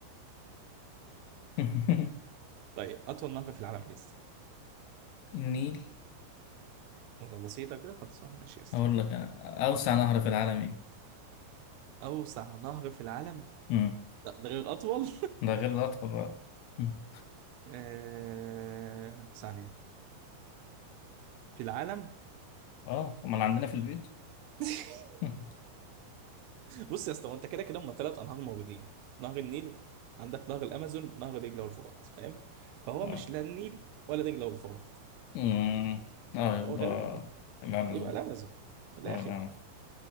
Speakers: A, on the left; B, on the right.
A: <laughs>
B: طيب اطول نهر في العالم ايه يا اسطى
A: النيل
B: يلا بسيطه كده خلاص انا ماشي يا اسطى
A: هقول لك انا اوسع نهر في العالم ايه
B: اوسع نهر في العالم
A: مم.
B: لا ده غير اطول
A: ده غير الاطول بقى مم.
B: آه... ثانيه في العالم
A: اه امال عندنا في البيت
B: <laughs>
A: <laughs> مم.
B: بص يا اسطى هو انت كده كده هم ثلاث انهار موجودين نهر النيل عندك نهر الامازون نهر دجله والفرات فاهم فهو
A: اه
B: مش لا النيل ولا دجله والفرات
A: مم. اه يبقى
B: هو غالبا ده
A: الامازون
B: يبقى الامازون من
A: اه
B: الاخر
A: الامازون